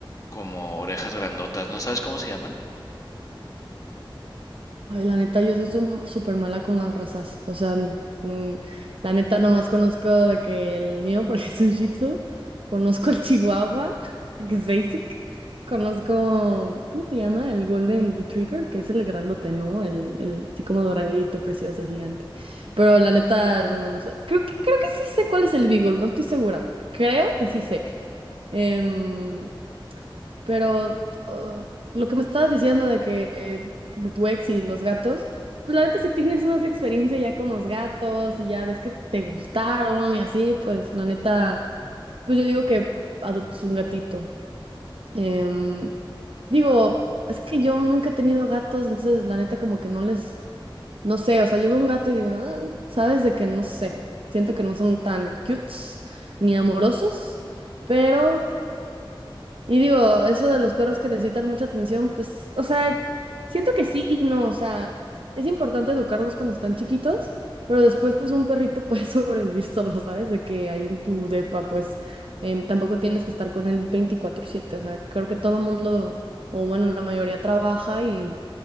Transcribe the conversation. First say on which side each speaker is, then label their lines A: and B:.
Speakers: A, on the left; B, on the right.
A: como orejas grandotas. ¿No sabes cómo se llaman?
B: Ay, la neta, yo soy sum- súper mala con las razas. O sea, mm, la neta, nomás conozco de que el mío, porque es un Shih Tzu. Conozco el Chihuahua, <laughs> porque es basic. Conozco, ¿cómo se llama? El Golden Retriever, que es el grandote, ¿no? El, el así como doradito, precioso, gigante. Pero la neta, no, o sea, creo que, creo que sí sé cuál es el Beagle, no estoy segura. Creo que sí sé. Em, pero uh, lo que me estabas diciendo de que de tu ex y los gatos, pues la neta si tienes más experiencia ya con los gatos y ya ves que te gustaron y así, pues la neta, pues yo digo que adoptes un gatito. Em, digo, es que yo nunca he tenido gatos, entonces la neta como que no les, no sé, o sea, yo veo un gato y digo, "Ah", sabes de que no sé, siento que no son tan cutes ni amorosos, pero... Y digo, eso de los perros que necesitan mucha atención, pues, o sea, siento que sí y no, o sea, es importante educarlos cuando están chiquitos, pero después, pues, un perrito puede <laughs> sobrevivir solo, ¿sabes? De que ahí en tu depa, pues, em, tampoco tienes que estar con él veinticuatro siete o sea, creo que todo mundo, o bueno, la mayoría trabaja y